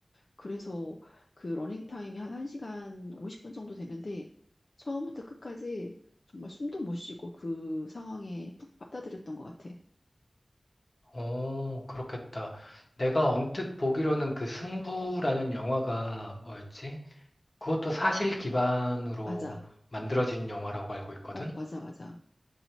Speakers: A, on the left; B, on the left.
A: 그래서 그 러닝타임이 한 1시간 50분 정도 되는데, 처음부터 끝까지 정말 숨도 못 쉬고 그 상황에 푹 빠져들였던 것 같아.
B: 오, 그렇겠다. 내가 언뜻 보기로는 그 승부라는 영화가 뭐였지? 그것도 사실 기반으로
A: 맞아.
B: 만들어진 영화라고 알고 있거든?
A: 어, 맞아, 맞아.